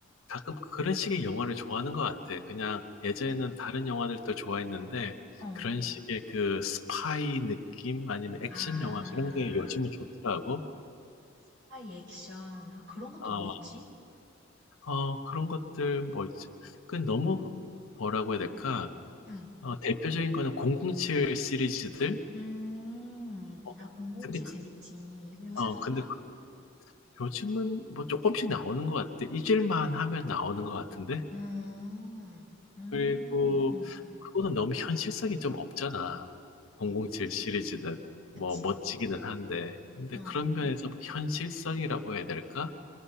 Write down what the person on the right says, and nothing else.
어.
아,
스파이 액션. 아, 그런 것도
뭐 있지?
응.
음,
아, 007
재밌지. 이거 요새도
하나?
음, 음,
음.
네.
그치.
어.